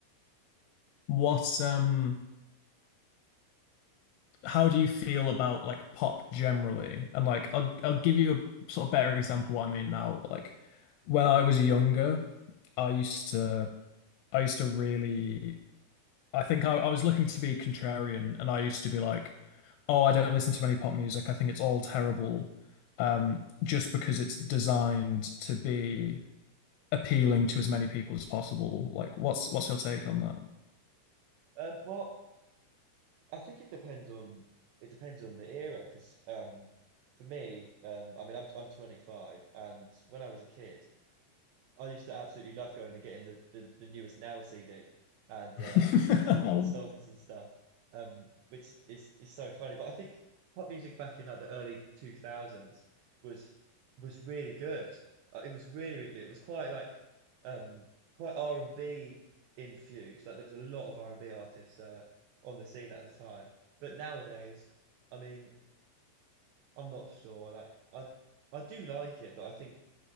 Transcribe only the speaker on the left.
What um how do you feel about like pop generally? And like I'll I'll give you a sort of better example of what I mean now. Like when I was younger, I used to I used to really I think I, I was looking to be contrarian and I used to be like, oh, I don't listen to any pop music. I think it's all terrible. Um, just because it's designed to be appealing to as many people as possible. Like,
what's what's your take on that?
<laughs>